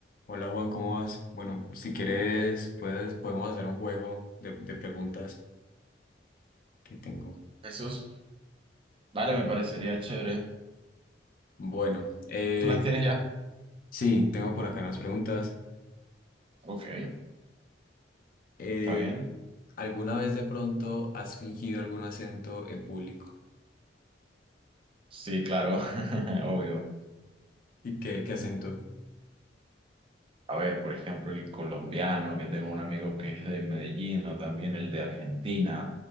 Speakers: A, on the left; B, on the right.
A: Hola Juan, ¿cómo vas? Bueno, si quieres, puedes, podemos hacer un juego de, de preguntas que tengo.
B: Jesús, vale, me parecería chévere.
A: Bueno, eh,
B: ¿Tú las tienes ya?
A: sí, tengo por acá unas preguntas.
B: Ok,
A: Eh,
B: está bien.
A: ¿alguna vez de pronto has fingido algún acento en público?
B: Sí, claro, <laughs> obvio.
A: ¿Y qué, qué acento?
B: A ver, por ejemplo, el colombiano, que tengo un amigo que es de Medellín, o también el de Argentina,